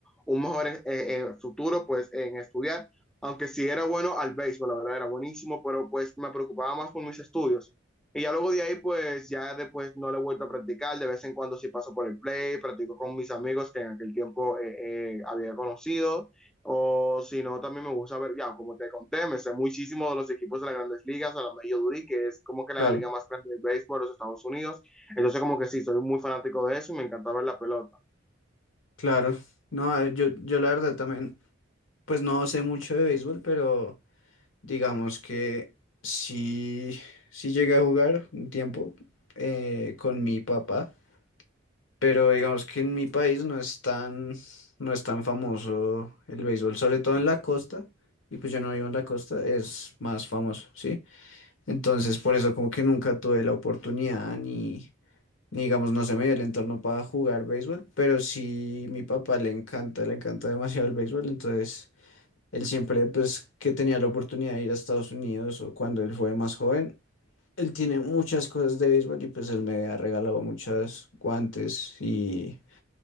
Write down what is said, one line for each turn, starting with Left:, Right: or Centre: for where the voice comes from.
Centre: un mejor eh, eh, futuro pues en estudiar, aunque sí era bueno al béisbol, la verdad era buenísimo, pero pues me preocupaba más por mis estudios. Y ya luego de ahí pues ya después no lo he vuelto a practicar, de vez en cuando sí paso por el play, practico con mis amigos que en aquel tiempo eh, eh, había conocido, o si no también me gusta ver, ya como te conté, me sé muchísimo de los equipos de las grandes ligas, a la Major League, que es como que
Left: Claro.
Centre: la liga más grande del béisbol de los Estados Unidos, entonces como que sí, soy muy fanático de eso y me encanta ver la pelota.
Left: Claro, no, eh, yo, yo la verdad también, pues no sé mucho de béisbol, pero digamos que sí, sí llegué a jugar un tiempo eh, con mi papá. pero digamos que en mi país no es tan, no es tan famoso el béisbol, sobre todo en la costa, y pues yo no vivo en la costa, es más famoso, ¿sí? Entonces por eso como que nunca tuve la oportunidad ni, ni digamos, no se me dio el entorno para jugar béisbol, pero sí mi papá le encanta, le encanta demasiado el béisbol, entonces él siempre pues que tenía la oportunidad de ir a Estados Unidos o cuando él fue más joven. Él tiene muchas cosas de béisbol y pues él me ha regalado muchos guantes y,